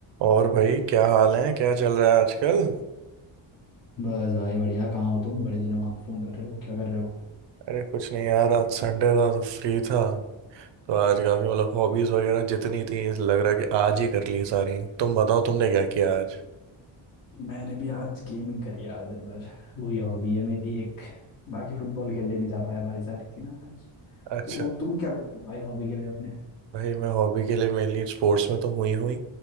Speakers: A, on the right; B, on the left.
A: और भाई क्या हाल है क्या चल रहा है आजकल
B: बस भाई बढ़िया कहाँ हो तुम बड़े दिनों बाद फोन कर रहे हो क्या कर रहे हो
A: अरे कुछ नहीं यार आज संडे था तो फ्री था तो आज काफी मतलब हॉबीज वगैरह जितनी थी लग रहा है कि आज ही कर ली सारी तुम बताओ तुमने क्या किया आज
B: मैंने भी आज गेमिंग करी यार दिन भर वही हॉबी है मेरी एक बाकी फुटबॉल खेलने नहीं जा पाया बारिश आ रही थी ना आज
A: अच्छा
B: तो तुम क्या करते हो भाई हॉबी के लिए अपने
A: भाई मैं हॉबी के लिए मेनली स्पोर्ट्स में तो हुई हुई